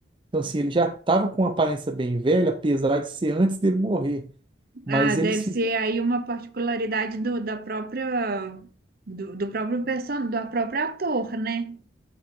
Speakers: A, on the right; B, on the right.
A: Então, assim, ele já estava com uma aparência bem velha, apesar de ser antes dele morrer. Mas
B: Ah, deve
A: eles
B: ser
A: fizeram.
B: aí uma particularidade do, da própria, do, do próprio person, do próprio ator, né?